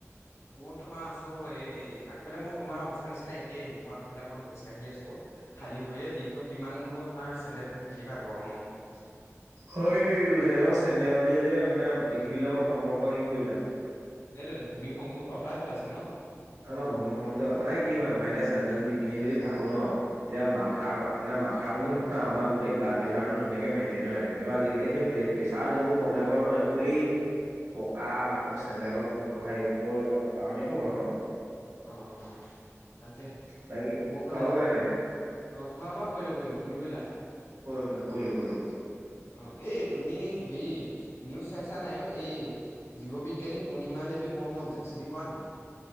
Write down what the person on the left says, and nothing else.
<unintelligible> মই তোমাৰ আছো এই আগফালে মোৰ তোমাৰ অৱস্থা নিচিনা একেই মোৰ আগফালে অকমান খোজকাঢ়ি আছো খালী ভৰিয়ে দিনতটো কিমানো তোমাৰ চেন্দে ফে থাকিবা গৰমত
সেইটোতটো ভূমি সংযোগটো আঁতৰাই পেলাইছে ন
হয়,
অ। তাকে
ম
মানে
আ অ খোৱা বোৱা কৰিলো কৰিলো তুমি কৰিলা
অ এই তুমি হেৰি নিউজ চাইছা নাইও এই জীৱ বিজ্ঞানী পূৰ্ণিমা দেৱী বৰ্মন যে চিনি পোৱা নো